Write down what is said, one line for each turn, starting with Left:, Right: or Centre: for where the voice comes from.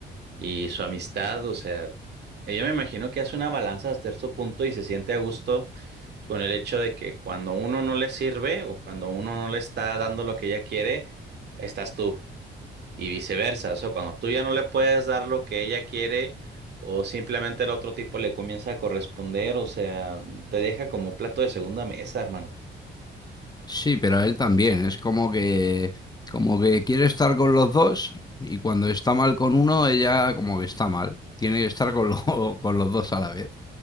Right: Y su amistad, o sea, ella me imagino que hace una balanza hasta cierto punto y se siente a gusto con el hecho de que cuando uno no le sirve o cuando uno no le está dando lo que ella quiere, estás tú. Y viceversa, o sea, cuando tú ya no le puedes dar lo que ella quiere o simplemente el otro tipo le comienza a corresponder, o sea, te deja como plato de segunda mesa, hermano.
Left: Sí, pero a él también. Es como que, como que quiere estar con los dos y cuando está mal con uno, ella como que está mal. Tiene que estar con, lo- <laughs> con los dos a la vez.